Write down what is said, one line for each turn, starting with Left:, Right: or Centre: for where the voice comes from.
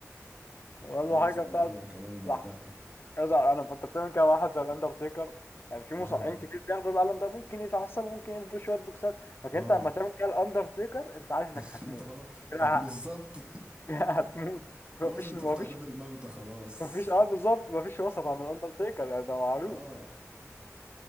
Left: والله
Right: ورزعه
Left: حاجه بتاعت
Right: القلم كمان بعدها
Left: راح يرجع القلم فانت بتعمل كده مع واحد زي الاندرتيكر يعني في مصارعين
Right: اه
Left: كتير بياخدوا القلم ده ممكن يتعصبوا ممكن يدوا شويه بوكسات لكن
Right: اه
Left: انت لما تعمل كده الاندرتيكر انت عارف انك
Right: <laughs>
Left: هتموت
Right: انت خلاص
Left: كده
Right: هت- بالظبط
Left: ه-
Right: <laughs>
Left: <laughs> هتموت مفيش
Right: خلاص انت
Left: مفيش
Right: في تعداد الموتى خلاص
Left: مفيش اه بالظبط مفيش وسط عند الاندرتيكر يعني ده معروف
Right: اه